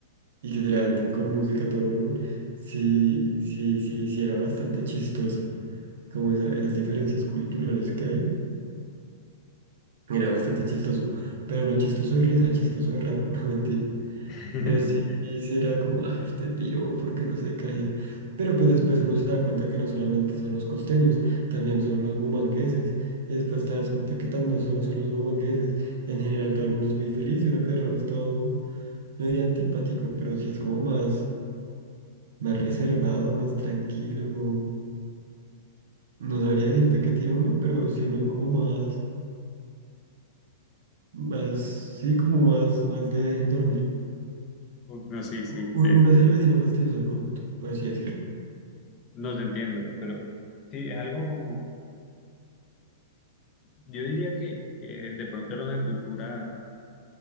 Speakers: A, on the right (about 70°); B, on the left (about 30°).
A: y que te levanten con música a todo volumen, sí, sí, sí, sí era bastante chistoso, como esa- esas diferencias culturales que hay, era bastante chistoso, pero no chistoso de risa, chistoso de raro, <laughs> no mentira,
B: <laughs>
A: pero sí, sí era como, ah, este piro, ¿por qué no se calla? Pero pues después uno se da cuenta que no solamente son los costeños, también son los bumangueses, y después te das cuenta que tan no solo son los bumangueses, en general todo el mundo es muy feliz y uno que de rolo es todo, no diría antipático, pero sí es como más... más reservado, más tranquilo, no, no sabría decirte que tiene uno, pero sí uno es como más, más, sí, como más, más de dejen dormir.
B: No, sí, sí,
A: U-
B: te-
A: Uno es el vecino fastidioso del conjunto, por así decirlo.
B: no te entiendo, pero sí, es algo como, yo diría que, que de pronto era una cultura,